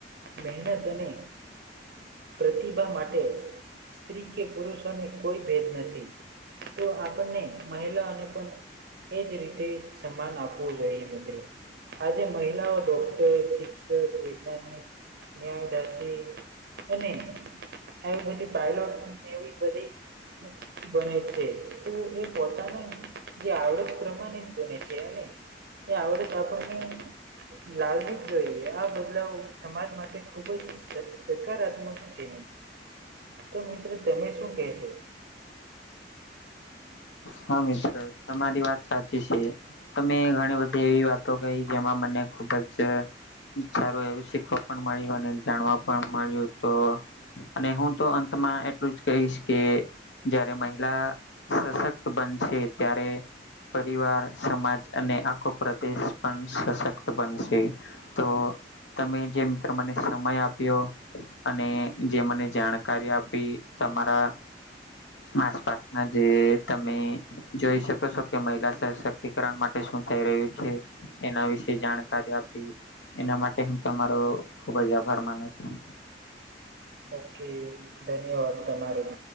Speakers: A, on the right; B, on the left.
A: મહેનત અને પ્રતિભા માટે સ્ત્રી કે પુરુષોને કોઈ ભેદ નથી તો આપણને મહિલાને પણ એજ રીતે સન્માન આપવું જોઈએ મિત્ર. આજે મહિલાઓ ડોક્ટર શિક્ષક વૈજ્ઞાનિક ન્યાયદાસી અને આવી બધી પાયલોટ એવી બધી બને છે. પોતાના જે આવડત પ્રમાણે જ બને છેન. એ આવડ ક આપણ લાવવી જ જોઈએ આ બદલાવ સમાજ માટે ખુબ જ સકારાત્મક છે. તો મિત્રો તમે શું કશો?
B: હા મિત્ર તમારી વાત સાચી છે. તમે ઘણી બધી એવી વાતો કહી જેમાં મને ખુબ જ સારું એવું શીખવા પણ મળ્યું અને જાણવા પણ મળ્યું તો. અને હું તો અંતમાં એટલું જ કહીશ કે જયારે મહિલા સશક્ત બનશે ત્યારે પરિવાર સમાજ અને આખો પ્રદેશ પણ સક્ત બનશે. તો તમે જે મિત્ર મને સમય આપ્યો. અને જે મને જાણકારી આપી તમારા આસપાસ. આજ તમે. જોઈ શકો છો કે મહિલા સશક્તિકરણ માટે શું થઈ રહ્યું છે. એના વિશે જાણકારી આપી એના માટે હું તમારો ખુબ જ આભાર માનું છું.
A: ઓકે ધન્યવાદ તમા તમારોગ.